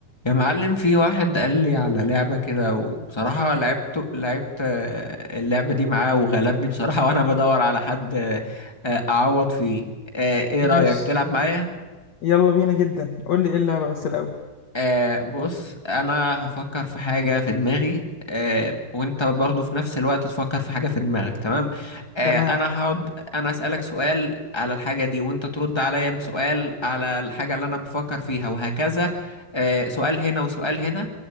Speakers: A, on the left; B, on the left.
A: يا معلم في واحد قال لي على لعبة كده وبصراحة لعبت لعبت آه، اللعبة دي معاه وغلبني بصراحة <laughs> وأنا بدور على حد آه، آه، أعوض فيه آه، إيه
B: ماشي
A: رأيك تلعب معايا؟
B: يلا بينا جدا قول لي ايه اللعبة بس الأول
A: آه بص انا هفكر في حاجة في دماغي آه وانت برضو في نفس الوقت تفكر في حاجة في دماغك تمام آه
B: تمام
A: انا هقعد انا اسألك سؤال على الحاجة دي وانت ترد عليا بسؤال على الحاجة اللي انا بفكر فيها وهكذا آه سؤال هنا وسؤال هنا